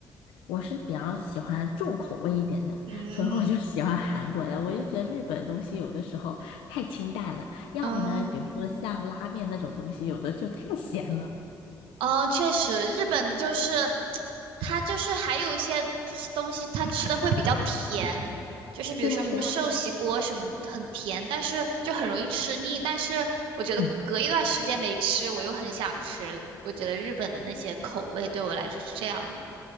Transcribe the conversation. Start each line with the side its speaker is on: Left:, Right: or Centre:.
Left: 我是比较喜欢重口味一点的，
Right: 嗯
Left: 所以我就喜欢韩国的。我就觉得日本的东西有的时候太清淡了，要么呢，
Right: 嗯，
Left: 比如说像拉面那种东西，有的就太咸了。
Right: 哦，确实，日本就是它就是还有一些东西，它吃的会比较甜，就是比如说什么寿喜锅什么很甜，
Left: 对呀，对呀，
Right: 但是就很容易吃腻。但是我觉得隔一段时间没吃，
Left: 嗯，
Right: 我又很想吃。我觉得日本那些口味对我来说是这样的。